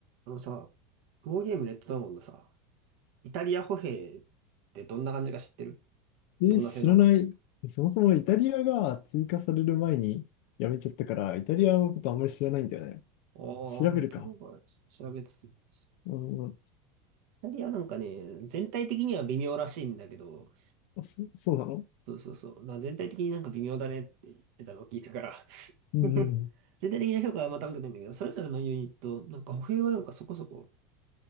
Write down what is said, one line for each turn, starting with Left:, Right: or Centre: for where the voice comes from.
Right: あのさ、ウォーゲームレッドダウンのさ、イタリア歩兵ってどんな感じか知ってる
Left: え、
Right: どんな性能か。
Left: 知らない。そもそもイタリアが追加される前にやめちゃったから、イタリアのことあんまり知らないんだよね。
Right: ああ、
Left: 調べるか。
Right: イタリアか、調べつつ。イ
Left: うん、
Right: タリアなんかね、全体的には微妙らしいんだけど、
Left: あ、そ、そうなの
Right: そうそうそう、な全体的になんか微妙だねって言ってたのを聞いたから。
Left: うんうん。
Right: <laughs> 全体的な評価はあんま高くないんだけど、それぞれのユニット、なんか歩兵はなんかそこそこ